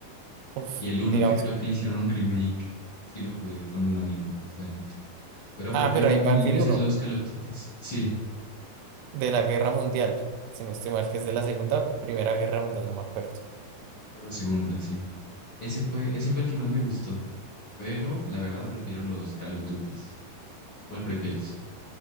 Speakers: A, on the right; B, on the left.
A: Uf,
B: Y el uno
A: digamos.
B: que creo que le hicieron un remake. Sí, lo jugué con un amigo, justamente. Pero
A: Ah,
B: prefiero
A: pero hay Banfield
B: mil veces
A: uno
B: los Call of Duty. Sí,
A: de la Guerra Mundial. Si no estoy mal, que es de la Segunda, Primera Guerra Mundial, no me acuerdo.
B: de la segunda, sí. Ese fue, ese fue el que más me gustó. Pero la verdad prefiero los Call of Duty. ¿Cuál prefieres?